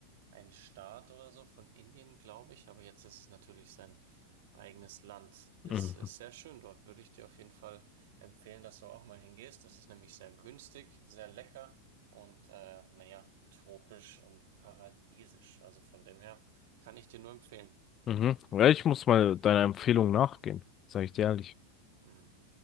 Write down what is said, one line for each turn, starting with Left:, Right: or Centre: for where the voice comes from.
Right: ein Staat oder so von Indien, glaube ich. Aber jetzt ist es natürlich sein eigenes Land. Ist,
Left: Mhm.
Right: ist sehr schön dort. Würde ich dir auf jeden Fall empfehlen, dass du auch mal hingehst. Das ist nämlich sehr günstig, sehr lecker und äh, naja, tropisch und paradiesisch. Also von dem her kann ich dir nur empfehlen.
Left: Mhm. Ja, ich muss mal deiner Empfehlung nachgehen, sage ich dir ehrlich.
Right: Mhm.